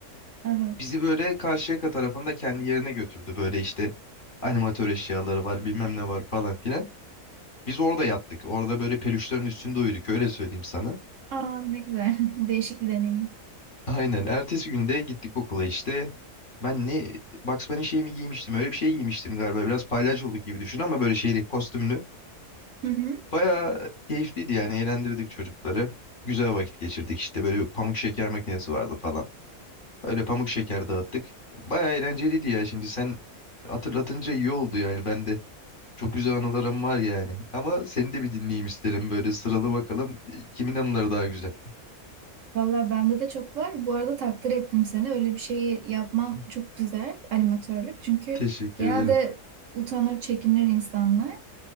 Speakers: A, on the right; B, on the left.
A: Evet.
B: Bizi böyle Karşıyaka tarafında kendi yerine götürdü böyle işte animatör eşyaları var bilmem ne var falan filan. Biz orada yattık orada böyle peluşların üstünde uyuduk öyle söyleyeyim sana.
A: Aa ne güzel. <laughs> Değişik bir deneyim.
B: Aynen. Ertesi günde gittik okula işte. Ben ne Bugs Bunny şey mi giymiştim? Öyle bir şey giymiştim galiba. Biraz palyaçoluk gibi düşün ama böyle şeyli kostümlü.
A: Hı hı.
B: Baya keyifliydi yani. Eğlendirdik çocukları. Güzel vakit geçirdik işte. Böyle bir pamuk şeker makinesi vardı falan. Öyle pamuk şeker dağıttık. Baya eğlenceliydi ya. Şimdi sen hatırlatınca iyi oldu yani. Ben de çok güzel anılarım var yani. Ama seni de bir dinleyeyim isterim. Böyle sıralı bakalım. e, Kimin anıları daha güzel?
A: Valla bende de çok var. Bu arada takdir ettim seni. Öyle bir şeyi yapman
B: <laughs>
A: çok güzel animatörlük. Çünkü
B: Teşekkür
A: genelde
B: ederim.
A: utanır, çekinir insanlar.